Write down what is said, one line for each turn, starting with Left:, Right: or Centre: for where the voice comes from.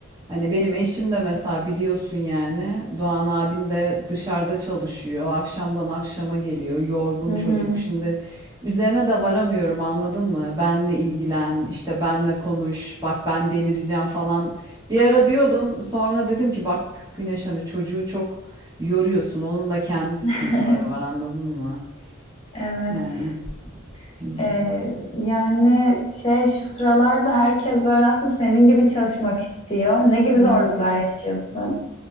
Right: hani benim eşim de mesela biliyorsun yani Doğan abin de dışarıda çalışıyor. Akşamdan akşama geliyor. Yorgun
Left: Hı hı.
Right: çocuk. Şimdi üzerine de varamıyorum anladın mı? Benle ilgilen, işte benle konuş. Bak ben delireceğim falan. Bir ara diyordum. Sonra dedim ki bak Güneş hani çocuğu çok yoruyorsun. Onun da kendi sıkıntıları
Left: <laughs>
Right: var anladın mı?
Left: Evet.
Right: Yani bilmiyorum.
Left: Ee, yani şey şu sıralarda herkes böyle aslında senin gibi çalışmak istiyor. Ne gibi
Right: Hmm.
Left: zorluklar yaşıyorsun?